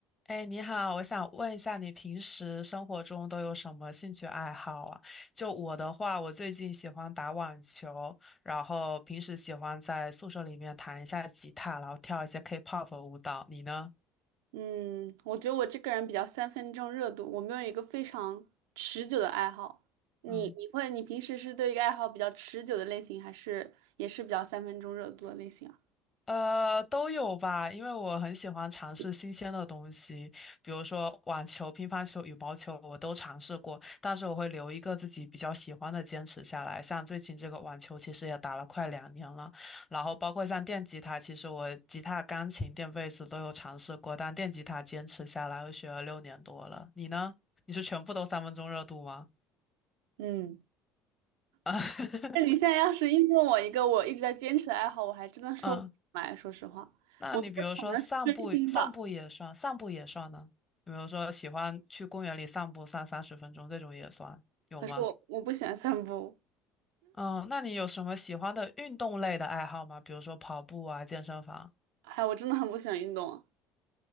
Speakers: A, on the left; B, on the right.
A: 哎，你好，我想问一下，你平时生活中都有什么兴趣爱好啊？就我的话，我最近喜欢打网球，然后平时喜欢在宿舍里面弹一下吉他，然后跳一些 K-pop 舞蹈。你呢？
B: 嗯，我觉得我这个人比较三分钟热度，我没有一个非常持久的爱好。你你会你平时是对一个爱好比较持久的类型，
A: 嗯。
B: 还是也是比较三分钟热度的类型啊？
A: 呃，都有吧，因为我很喜欢尝试新鲜的东西，
B: <laughs>
A: 比如说网球、乒乓球、羽毛球，我都尝试过，但是我会留一个自己比较喜欢的坚持下来。像最近这个网球，其实也打了快两年了，然后包括像电吉他，其实我吉他、钢琴、电贝斯都有尝试过，但电吉他坚持下来，我学了六年多了。你呢？你是全部都三分钟热度吗？
B: 嗯，
A: <laughs>
B: 那你现在要是硬问我一个我一直在坚持的爱好，我还真的说不出来。
A: 嗯
B: 说实话，
A: 那你比如说散步，
B: 我觉得可能是追星吧。
A: 散步也算，散步也算呢？比如说喜欢去公园里散步散三十分钟这种也算，有吗？
B: 可是我我不喜欢散步。
A: 嗯，那你有什么喜欢的运动类的爱好吗？比如说跑步啊，健身房，
B: 哎，我真的很不喜欢运动啊。